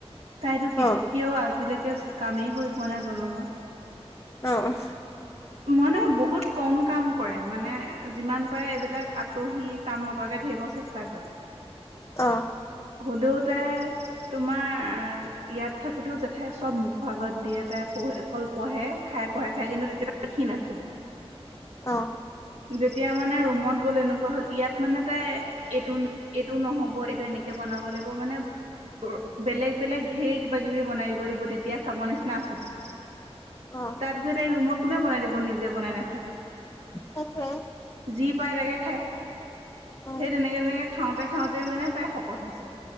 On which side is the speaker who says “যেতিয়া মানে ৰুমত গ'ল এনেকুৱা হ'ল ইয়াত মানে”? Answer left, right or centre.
Right